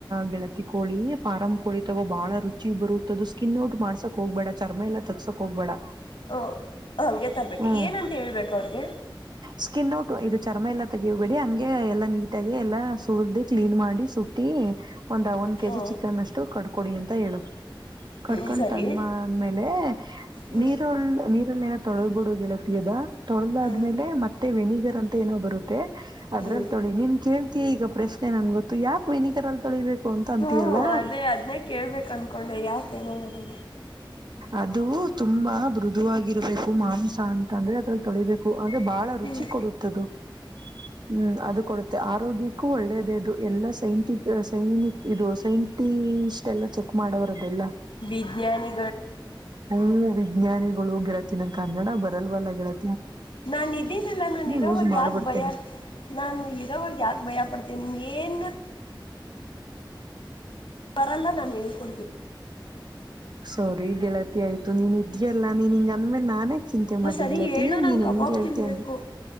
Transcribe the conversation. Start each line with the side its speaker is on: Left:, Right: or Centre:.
Right: ಬೆಗೆಳತಿ ಕೋಳಿ ಫಾರಂ್ ಕೋಳಿ ತಗೋ ಬಾಳ ರುಚಿ ಬರುತ್ತ ಸ್ಕಿನ್ ಔಟ್ ಮಾಡಸಕಕ್ ಹ್ಬೇಡ ಚರ್ಮ ಎಲ್ಲ ತಸಕ್ ಹೋಗ್ಬೇಡ
Left: ಓ ಹಂಗೆ ತರ್ಬೇಕು
Right: ಹ್ಮ್
Left: ಏನಂತ ಹೇಳ್ಬೇಕು ಅವ್ರಿಗೆ
Right: ಸ್ಕಿನ್ ನೋಟು ಇದು ಚರ್ಮ ಎಲ್ಲ ತೆಗಬೇಡಿ ಹಂಗೆ ಎಲ್ಲ ನೀ ಎಲ್ಲ ಸು್ದು ಕ್ಲೀನ್ ಮಾಡಿ ಸುಟ್ಟಿ ಒಂದ್ ಒಂದ್ ಕೆಜಿ
Left: ಹ್ಞೂ
Right: ಚಿಕನ್ ಅಷ್ಟು ಕ ಕೊಡಿ ಅಂತ ಹೇಳು
Left: ಹ್ಞೂ
Right: ಕರ್ಕೊಂಡ್
Left: ಸರಿ
Right: ತಂದ ಆದ್ಮೇಲೆ
Left: ಹ್ಞೂ
Right: ನೀರುಳ್ಳ ನೀ ಏನೋ ತೊಳೆಬಿಡು ಗೆಳತ ಅದ ತೊಳ್ದಾದ್ಮೇಲೆ
Left: ಹ್ಞೂ
Right: ಮತ್ತೆ ವೆಿಗರ್ ಅಂತ ಏನೋ ಬರುತ್ತೆ ಅದ್ರಲ್
Left: ಹ್ಞೂ
Right: ತೊಳಿ ನೀನ್ ಕೇಳ್ತೀಯಾ ಈಗ ಪ್ರಶ್ನೆ ಯಾಕ್ ವೆನಿಕರ್ ಅಲ್ ತೊಳಿಬೇಕು ಅಂತ ಅಂತೀಯಲ್ಲ
Left: ಹ್ಮ್ ಅದೇ ಅದನೇ ಕೇಳ್ಬೇಕ ಅನ್ಕೊಂಡೆ ಯಾಕ ಹೇಳ ಬರದು
Right: ಅದು ತುಂಬಾ ಮೃದುವಾಗಿರ್ಬೇಕು ಮಾಂಸ ಅಂತ ಅಂದ್ರೆ ಅದ್ರಲ್ಲಿ ತೊಳಿಬೇಕು ಅ್ರೆ ಬಹಳ
Left: ಹ್ಮ್
Right: ರುಚಿ ಕೊಡುತ್ತದು ಹ್ಮ್ ಅದು ಕೊಡುತ್ತೆ ಆರೋಗ್ಯಕ್ಕೂ ಒಳ್ಳೇದೇ ಅದು ಎಲ್ಲ ಸೈಂಟಿ ಸೈನಕ್ ಇದು ಸೈಂಟಿಸ್ಟ್ ಎಲ್ಲ ಚೆಕ್ ಮಾಡೋ ತರದದೆಲ್ಲ
Left: ವಿಜ್ಞಾನಿ
Right: ಹ್ಮ ವಿಜ್ಞಾನಿಗಳು ಗೆಳತಿನಂ ಕನ್ನಡ ಬರಲ್ವಲ್ಲ ಗೆಳತ್ತ
Left: ನಾ ಇದೀನಲ್ಲ ನಾನು ಇರವಾಗ
Right: ಯೂಸ್ ಮಾಡ್ಬಿಡ್ತೇನೆ
Left: ಯಾವ್ದ ಭಯ ನಾನು ಇರಾಗ ಯ್ದ ಭಯ ಪಡ್ತೇ ನಿಂಗ ಏನ್ ವರಲ್ಲ ನಾು ಹೇಳ್ಕೊಡ್ತೀಿ
Right: ಸರಿ ಗೆಳತಿ ಆಯ್ತು ನೀನ್ ಇದ್ಯಲ್ಲಾ ನೀನ್ ಹಿಂಗ ಅಂದ್ಮೇಲೆ ನಾನೇ ಚಿಂತೆ
Left: ನೀವು
Right: ಮಾಡ್್ದಿಲತ್ತ
Left: ಸರಿ ಹೇಳು
Right: ಈ ನೀನ್
Left: ನಂಗೆ ಕಬಾಬ್
Right: ಹೆನ್ಗೆ ಹೇಳ್ತೇ
Left: ತಿನ್ಬೇಕು